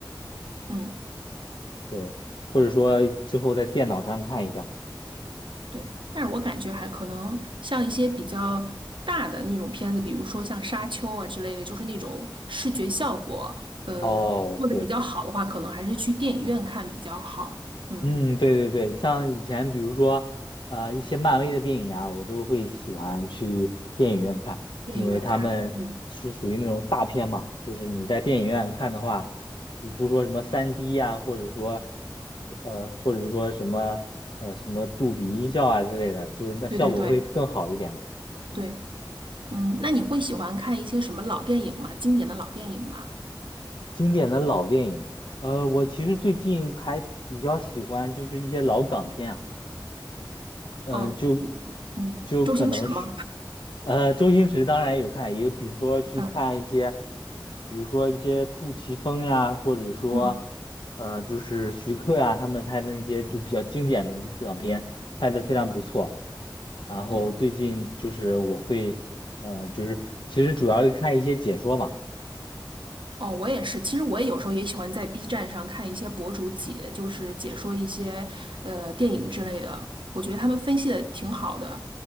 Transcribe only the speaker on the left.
对，或者说之后在电脑上看一下。
哦，
对。
嗯，对对对，像以前比如说，呃，一些漫威的电影啊，我都会喜欢去电影院看，
因为他们是属于那种大片嘛，
就是你在电影院看的话，
比不说什么三 d 呀、或者说，呃，或者说什么呃什么杜比音效啊之类的，就是那效果会更好一点嘛。
嗯，
经典的老电影，呃，我其实最近还比较喜欢就是一些老港片啊。嗯、
就
就可能是，
呃，周星驰当然有看，也比如说去看一些，
比如说一些杜琪峰呀，或者说，
呃，就是徐克呀，他们拍的那些就比较经典的港片，拍的非常不错。然后最近就是我会，
呃，就是其实主要是看一些解说嘛，